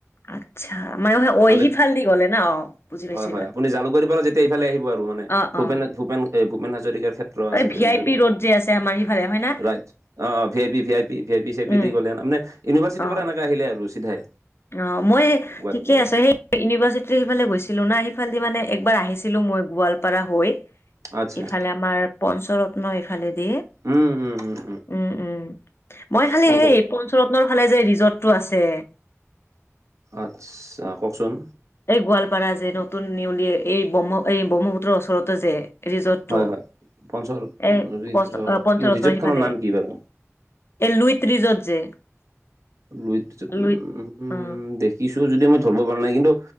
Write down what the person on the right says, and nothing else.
হাণ্ড্ৰেড
হয় হয়
আপুনি জালুকবাৰীৰ পৰা যেতিয়া এইফালে আহিব আৰু মানে
ভূপে,
ভূপেন, ভূপে হাজৰিকাৰ ক্ষেত- ত্ৰ আছে
যে
জুয়ে,
ৰাইট অ অ V I P, V I P, V I P, C I C
দি গ'লে, নামেনে ইউনিভাৰ্চিটিৰ
পৰা এনেকৈ আহিলে আৰু চিধাই।
গুৱাহাটী
ইউনিভাৰ্চিটি
আচ্ছা
উম উম উম
পঞ্চৰত
আত্চ্ছা কওঁকচোন?
হয় হয় পঞ্চৰত
ৰিজৰ্ট
কি ৰিজৰ্টখনৰ
নাম কি বাৰু
লুইট ৰিজৰ্ট
উম হুম
দেখিছো যদি মই ধৰব পৰা নাই কিন্তু